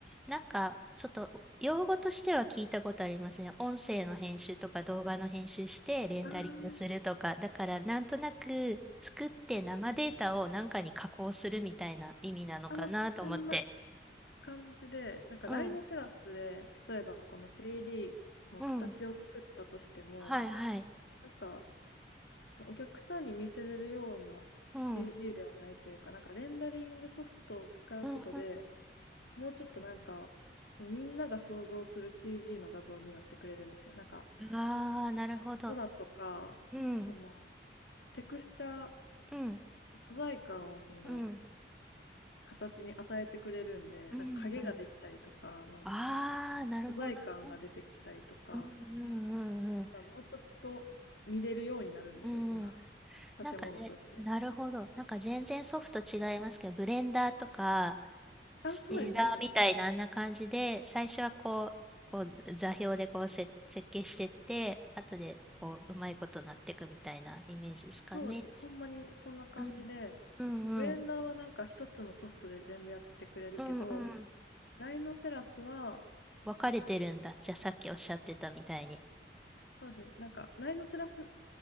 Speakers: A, in the centre; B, on the left.
A: なんか、ちょっと、用語としては聞いたことありますね。音声の編集とか動画の編集してレンダリングするとか。
B: あー
A: だから、なんとなく作って生データをなんかに加工するみたいな意味なのかなと思って。
B: あ、まあ、そんな感じで、なんかライノセラスで、
A: うん、
B: 例えばこの 3D の形を作ったとしても、
A: うん。はいはい。
B: なんかそのお客さんに見せれるような
A: うん、
B: CG
A: うん、
B: ではないというか、なんかレンダリングソフトを使うことで
A: うん、
B: もうちょっとなんか、そのみんなが想像する CG の画像になってくれるんですよ。なんか
A: うん。ああ、なるほど。
B: 空とか、
A: うん、
B: そのテクスチャー
A: うん、
B: 素材感をその
A: うん、
B: 形に与えてくれるんで、
A: うん、
B: なんか影ができたりとか、
A: うん。
B: まあ、
A: ああ、なるほどね。
B: 素材感が出てきたりとか、
A: うん、うん、うん、
B: だからもうちょっと見れるようになるんですよ、
A: うん。うん
B: その <laughs>
A: なんかぜ、
B: 建物として。
A: なるほど。なんか全然ソフト違いますけど、ブレンダーとか、
B: あ、
A: シェーダーみたいなあんな感じで、
B: そうです、そうです。
A: 最初はこう、こう座標でこうせ設計してって、後でこう、うまいことなっていくみたいなイメージですかね。
B: そうです。ほんまにそんな感じで、
A: うん。うんうん。
B: ブレンダーはなんか一つのソフトで全部やってくれるけど、
A: うんうん。
B: ライノセラスは、
A: 分かれてるんだ。じゃあさっきおっしゃってたみたいに。
B: そうですね、なんかライノセラス